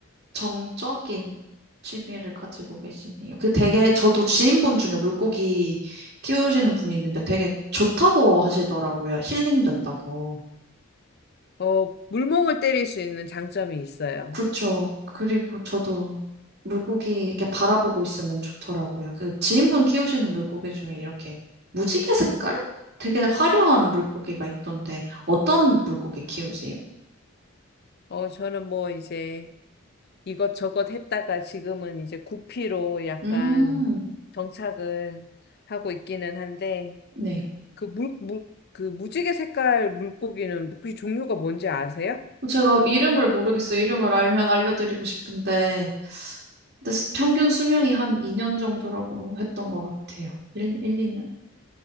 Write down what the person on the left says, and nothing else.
어, 물멍을 때릴 수 있는 장점이 있어요.
어, 저는 뭐 이제 이것저것 했다가 지금은 이제 구피로 약간
정착을 하고 있기는 한데,
그 물, 물, 그 무지개 색깔 물고기는 혹시 종류가 뭔지 아세요?